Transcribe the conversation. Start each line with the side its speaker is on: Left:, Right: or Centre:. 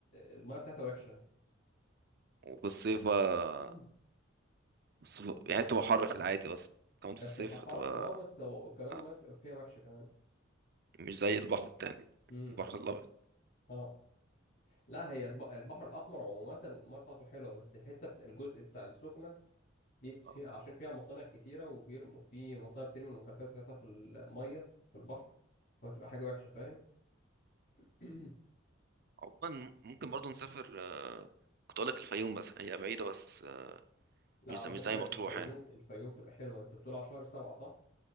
Left: المية بتاعتها وحشة
Right: وفي الصيف بقى
Left: <clears throat>
Right: الصيف يعني تبقى حر في العادي اصلا كمان في
Left: هي
Right: الصيف
Left: بتبقى الحر
Right: هتبقى
Left: اه بس هو وكمان
Right: آه،
Left: المية بتبقى فيها وحشة كمان
Right: مش زي البحر التاني
Left: امم
Right: البحر الابيض
Left: اه لا هي الب... البحر الأحمر عموما المية بتاعته حلوة بس الحتة بت... الجزء بتاع السخنة دي فيها
Right: آه.
Left: عشان فيها مصانع كتيرة وبيرموا في مصانع بترمي المخلفات بتاعتها في المية في البحر فبتبقى حاجة وحشة فاهم <clears throat>
Right: عموما ممكن برضو نسافر آه، كنت اقول لك الفيوم بس هي بعيدة بس آه،
Left: لا
Right: مش
Left: على
Right: زي
Left: فكرة
Right: مش زي
Left: الفيوم
Right: مطروح يعني
Left: الفيوم تبقى حلوة انت بتقول على شهر سبعة صح؟